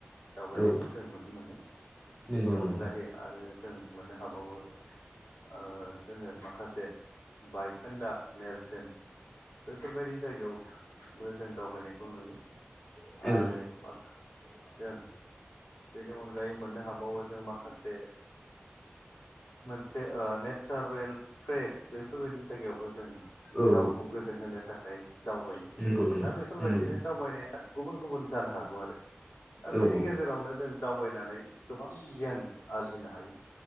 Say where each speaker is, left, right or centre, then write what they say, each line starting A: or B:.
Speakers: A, on the left; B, on the left.
A: दावबायनायखौ
B: औ
A: जों नुनो मोनो बेनि
B: नंगौ नंगौ
A: अनगायै आरो जों मोनो। हाबावो ओ जोङो माखासे बायखोन्दा नेरसोन बैफोरबायदि जायगायावबो जों दावबायनायखौ नुयो।
B: औ
A: आरो मा? जों बेनि अनगायै मोननो हाबावो जों माखासे मोनसे ओ नेचारेल फ्रेस बेफोरबायदि जायगायावबो जों गावखौ
B: औ
A: गोजोन होनो थाखाय दावबायो
B: नंगौ नंगौ
A: दा बेफोरबायदिनो
B: नंगौ
A: दावबायनाया गुबुन गुबुन जानो हागौ आरो दा
B: औ
A: बेनि
B: औ
A: गेजेरावनो जों दावबायनानै गोबां गियान आरजिनो हायो